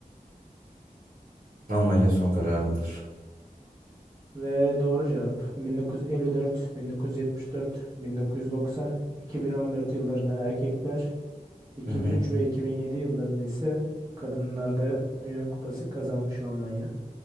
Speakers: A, on the right; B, on the right.
A: Almanya son kararımdır.
B: Ve doğru cevap 1954, 1974, 1990, 2014 yıllarında erkekler, 2003
A: Hı hı.
B: ve 2007 yıllarında ise kadınlarda Dünya Kupası kazanmış Almanya.